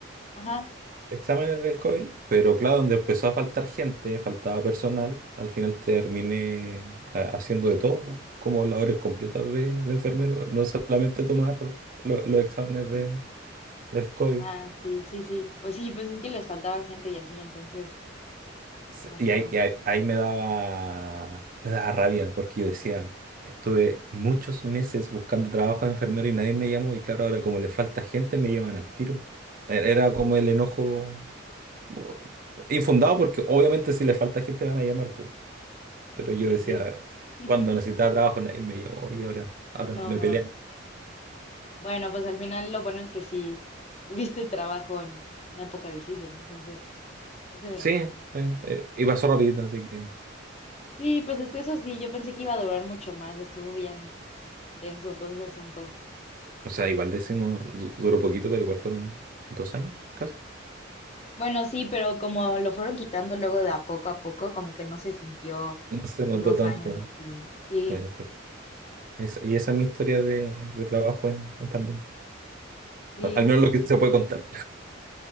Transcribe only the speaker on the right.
exámenes del COVID, pero claro, donde empezó a faltar gente, faltaba personal, al final terminé ha- haciendo de todo, como labores completas de, de enfermero, no solamente tomar lo- los exámenes de, del COVID.
Sí,
Y ahí, y ahí- ahí me daba, me daba rabia porque yo decía, estuve muchos meses buscando trabajo de enfermero y nadie me llamó y claro, ahora como le falta gente me llaman al tiro. E- Era como el enojo uh, infundado porque obviamente si le falta gente van a llamar, po. Pero yo
decía,
cuando necesitaba trabajo nadie me llamó y ahora, ahora
me pelean.
Sí, eh, eh, y pasó rapidito, así que,
o sea, igual decimos, du- duró poquito, pero igual fueron dos años casi.
No se
notó
tanto.
eh, Esa- y esa es mi historia de, de trabajo en, en pandemia.
Al, al menos lo que se puede contar.